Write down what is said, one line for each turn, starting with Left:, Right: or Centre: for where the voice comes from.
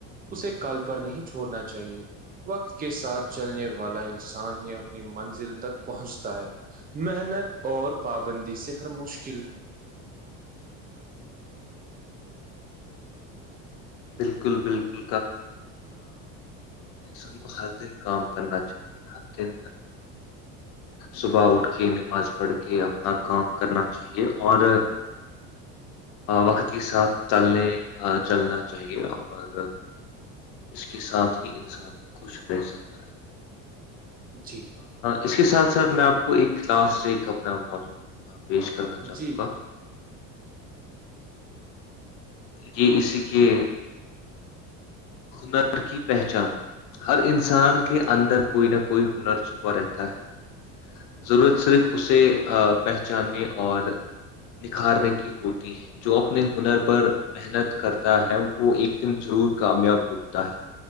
Right: اسے کال پر نہیں چھوڑنا چاہیے وقت کے ساتھ چلنے والا انسان ہی اپنی منزل تک پہنچتا ہے محنت اور پابندی سے ہر مشی
Left: بالکل بالکل ہم کو ہر دن کام کرنا چاہیے ہر دن صبح اٹھ کے نماز پڑھ کے اپنا کام کرنا چاہیے اور وقت کے ساتھ چلنے چلنا چاہیے اور اس کے ساتھ ہی انسان خوش رہ سکتا ہے
Right: جی
Left: اس کے ساتھ ساتھ میں آپ کو ایک لاسٹ ایک اپنا موضع پیش کرنا چاہوں
Right: جی
Left: گا یہ اسی کے ہنر کی پہچان ہر انسان کے اندر کوئی نہ کوئی ہنر چھپا رہتا ہے ضرورت صرف اسے پہچاننے اور نکھارنے کی ہوتی ہے جو اپنے ہنر پر محنت کرتا ہے وہ ایک دم ضرور کامیاب ہوتا ہے